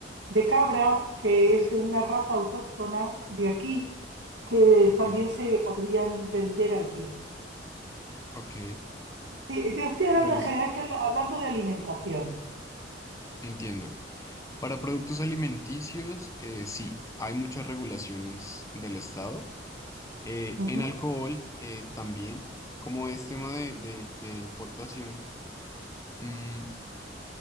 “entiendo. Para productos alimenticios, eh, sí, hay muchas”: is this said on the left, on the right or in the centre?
Left